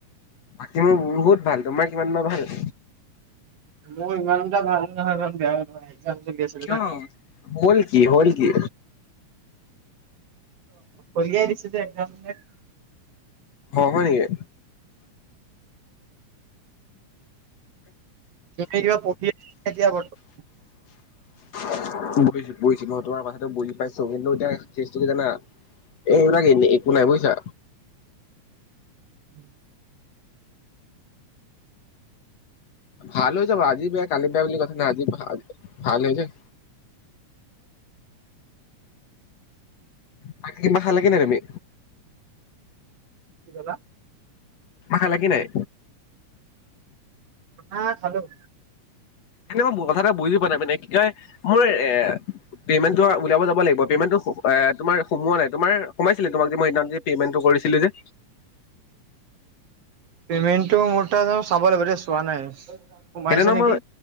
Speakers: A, on the left; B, on the right.
A: বাকী মোৰ বহুত ভাল, তোমাৰ কিমান বা ভাল?
B: মোৰ ইমান এটা ভালো নহয় বাৰু বেয়াও নহয়। তাৰপিছত গেছ
A: কিয়, হ'ল কি হ'ল কি?
B: কঢ়িয়াই দিছে যে <unintelligible>
A: অঁ' হয় নেকি।
B: এতিয়া কিবা প্ৰফিট <unintelligible> কেতিয়া <unintelligible>
A: <unintelligible> এইবিলাক একো নাই বুজিছা।
B: উমঁ।
A: ভাল হৈ যাব আজি বেয়া কালি বেয়া বুলি কথা নাই, আজি ভাল হৈ যায়। বাকী কিবা খালা কি নাই তুমি?
B: কি ক'লা?
A: খালা কি নাই?
B: খানা খালোঁ।
A: <unintelligible> মোৰ কথা তই বুজি পোৱা নাই মানে কি কয় মোৰ এ- পেমেণ্টটো উলিয়াব যাব লাগিব, পেমেণ্টটো তোমাৰ সোমোৱা নাই, তোমাৰ সোমাইছিল তোমাক যে সেইদিনাখন যে- পেমেণ্টটো কৰিছিলোঁ যে?
B: পেমেণ্টটো মোৰ তাত অঁ' চাব লাগিব দেই চোৱা নাই। সোমাইছে
A: সেইদিনা
B: নেকি
A: মই,